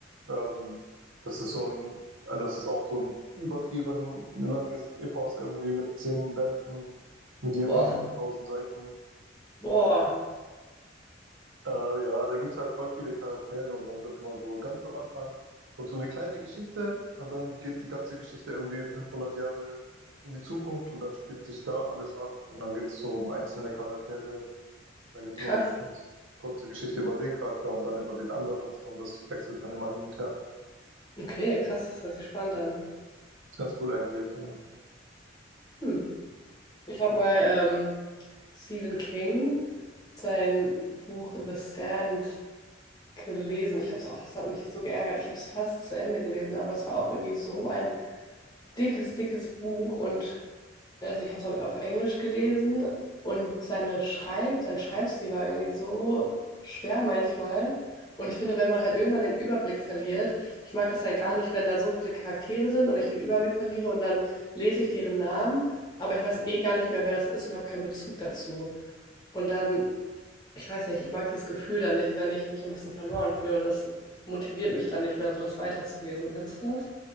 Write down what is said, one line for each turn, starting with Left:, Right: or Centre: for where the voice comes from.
Right: Ähm, das ist so ein, das ist auch so ein übertrieben langes Epos irgendwie mit zehn Bänden, mit jeweils
Left: Boah,
Right: über tausend Seiten.
Left: boah,
Right: Äh, ja, da gibt es halt voll viele Charaktere und dann wird immer so ganz am Anfang kommt so eine kleine Geschichte und dann geht die ganze Geschichte irgendwie 500 Jahre in die Zukunft und dann spielt sich da alles ab und dann geht es so um einzelne Charaktere. Dann gibt
Left: krass.
Right: es immer so eine kurz- kurze Geschichte über den Charakter und dann über den anderen und so und das wechselt dann immer hin und her.
Left: Okay, krass, das hört sich spannend an.
Right: Ist ganz cool eigentlich, ja.
Left: Hm. Ich habe mal ähm, Stephen King, sein Buch The Stand gelesen. Ich habe es, oh, das hat mich so geärgert. Ich habe es fast zu Ende gelesen, aber das war auch irgendwie so ein dickes, dickes Buch. Und also ich habe es halt auf Englisch gelesen und seine Schreib, sein Schreibstil war irgendwie so schwer manchmal. Und ich finde, wenn man halt irgendwann den Überblick verliert, ich mag das halt gar nicht, wenn da so viele Charaktere sind und ich den Überblick verliere und dann lese ich deren Namen, aber ich weiß eh gar nicht mehr, wer das ist und habe keinen Bezug dazu. Und dann ich weiß nicht, ich mag dieses Gefühl dann nicht, wenn ich mich ein bisschen verloren fühle und das motiviert mich dann nicht mehr, so das weiterzulesen. Kennst du das?